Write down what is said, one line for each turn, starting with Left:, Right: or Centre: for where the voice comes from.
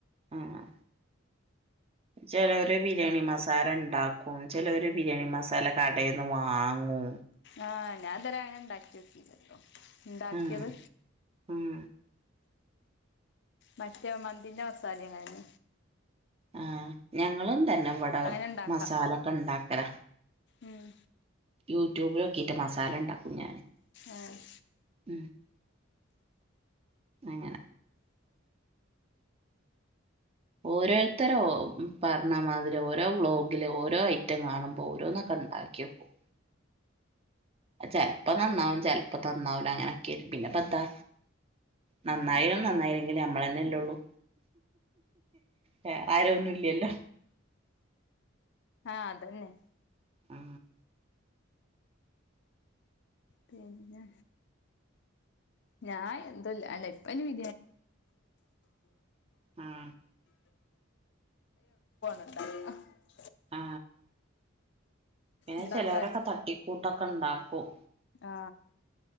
Right: ആഹ്. ചിലവര് ഒരു ബിരിയാണി മസാല ഉണ്ടാക്കും ചിലവര് ബിരിയാണി മസാല കടേന്ന് വാങ്ങു
Left: ആഹ് ഞാൻ ഇതരെ അങ്ങനെ ഇണ്ടാക്കിയോക്കീല ല്ലോ. ഇണ്ടാക്കിയത്
Right: ഉം ഉം
Left: മറ്റേ മന്തിൻന്റെ മസാലയാണ്.
Right: ആഹ്. ഞങ്ങളും തന്നെ ഇവിടെ
Left: അങ്ങനെ ഉണ്ടാക്കാ
Right: മസാലൊക്ക ഉണ്ടാക്കല.
Left: ഉം
Right: യൂട്യൂബിലോക്കിയിട്ട് മസാല ഉണ്ടാക്കും ഞാന്
Left: ആഹ്.
Right: ഉം അങ്ങനെ ഓരോരുത്തരോ പറഞ്ഞമാതിരി ഓരോ വ്ലോഗില് ഓരോ ഐറ്റം കാണുമ്പോൾ ഓരോന്നക്ക ണ്ടാക്കിയോക്കും. ചെലപ്പോ നന്നാവും ചെലപ്പോ തന്നാവൂല അങ്ങനൊക്കെയാണ് പിന്നെ പത്ത നന്നായിലും നന്നായില്ലെങ്കിലും നമ്മളന്നല്ലേ ഉള്ളൂ. വേറെ ആരൊന്നുല്ലല്ലോ
Left: ആ അതെന്നെ
Right: ആ
Left: പിന്നെ ഞാൻ എന്തുവല്ല അല്ല ഇപ്പൊ എനി
Right: ഉം
Left: <inaudible> <unintelligible>
Right: ആ പിന്നെ
Left: ഉണ്ടാക്കാല്
Right: ചെലവരൊക്കെ തട്ടിക്കൂട്ടൊക്കെണ്ടാക്കും
Left: ആ